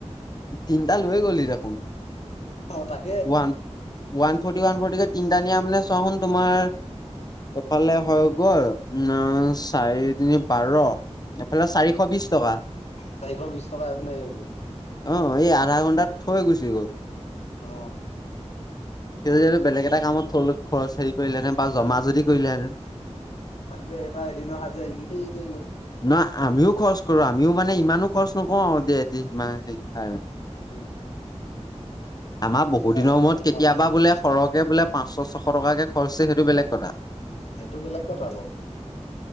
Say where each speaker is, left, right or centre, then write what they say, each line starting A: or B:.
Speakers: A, on the left (about 35°); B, on the left (about 70°).
A: তিনটা লৈ গ'লি দেখোন।
B: অহ, তাক
A: one one forty one forty তিনিটা নিয়া মানে তোমাৰ, এফালে হৈ গ'ল উম চাৰি তিনি বাৰ এফালে চাৰিশ বিছ টকা।
B: চাৰিশ বিশ টকা এইপিনে হৈ গ'ল
A: অ এই আধা ঘণ্টাত থৈ গুচি গ'ল।
B: অ,
A: সেটো যদি বেলেগ এটা কামত থ খৰচ হেৰি কৰিলেহে বা জমা যদি কৰিলেহেতেন।
B: তাকে এটা এদিন আসাজোৱা এনেই এনেই গ'ল।
A: নহয় আমিও খৰচ কৰো আমিও মানে ইমানো খৰচ নকৰো আৰু দে। <unintelligible>
B: উম উম। উম
A: আমাৰ বহুত
B: আছে
A: দিনৰ
B: আছে
A: মূৰত
B: তেনেকুৱা
A: কেতিয়াবা
B: মানুহ কিছুমান
A: বোলে সৰক, বোলে পাঁচশ ছশ টক কে খৰচ হৈছে সেইটো বেলেগ কথা।
B: সেইটো বেলেগ কথা বাৰু